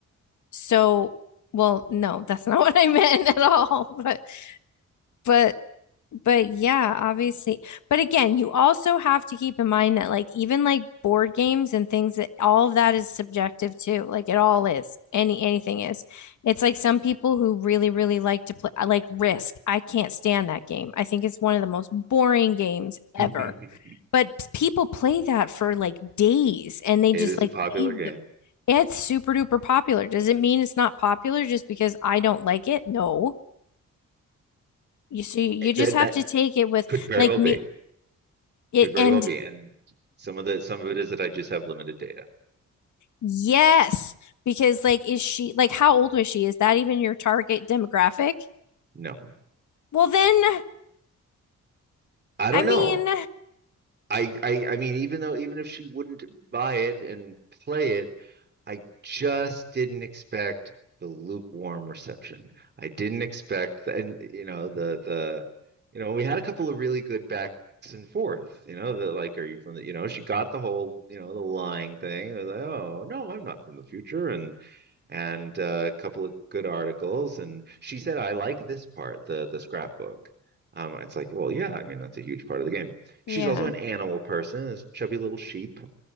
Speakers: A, on the left (about 80°); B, on the right (about 35°).
A: so well, no, that's <laughs> not what I meant at all. But but But yeah, obviously. But again, you also have to keep in mind that like even like board games and things that all of that is subjective too. Like it all is. Any anything is. It's like some people who really, really like to play I like Risk. I can't stand that game. I think it's one of the most boring games
B: <laughs>
A: ever. But people play that for like days and they
B: It
A: just
B: is
A: like
B: a popular
A: leave
B: game.
A: the it's super duper popular. Does it mean it's not popular just because I don't like it? No. You see, you just
B: Then
A: have
B: that
A: to take it with
B: could very
A: like
B: well be.
A: me. It,
B: Could very
A: and
B: well be. And some of the some of it is that I just have limited data.
A: yes, because like, is she like, how old was she? Is that even your target demographic?
B: No.
A: Well, then,
B: I
A: I
B: don't
A: mean,
B: know. I I I mean even though even if she wouldn't buy it and play it, I just didn't expect the lukewarm reception. I didn't expect, and you know, the the, you know, we had a couple of really good backs and forth. You know, the like, are you from the? You know, she got the whole, you know, the lying thing. I was like, oh no, I'm not from the future, and and uh, a couple of good articles, and she said, I like this part, the the scrapbook. Um, it's like, well, yeah, I mean, that's a huge part of the game.
A: yeah,
B: She's also an animal person, this chubby little sheep.